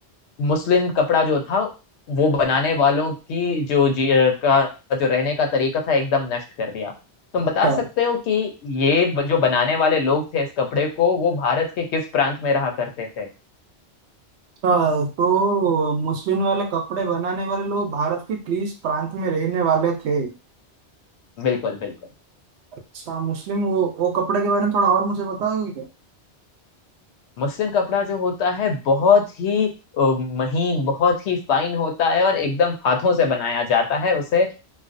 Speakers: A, on the left (about 80°); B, on the right (about 75°).
A: मुस्लिन कपड़ा जो था वो बनाने वालों की जो जी अ, का जो रहने का तरीका था एकदम नष्ट कर दिया तुम बता
B: अच्छा
A: सकते हो कि ये ब- जो बनाने वाले लोग थे इस कपड़े को वो भारत के किस प्रांत में रहा करते थे
B: अच्छा तो मुस्लिम वाले कपड़े बनाने वाले लोग भारत के ग्रीस प्रांत में रहने वाले थे
A: बिल्कुल बिल्कुल
B: अच्छा मुस्लिम वो वो कपड़े के बारे में थोड़ा और मुझे बताओगे क्या
A: मुस्लिन कपड़ा जो होता है बहुत ही अ, महीन बहुत ही फाइन होता है और एकदम हाथों से बनाया जाता है उसे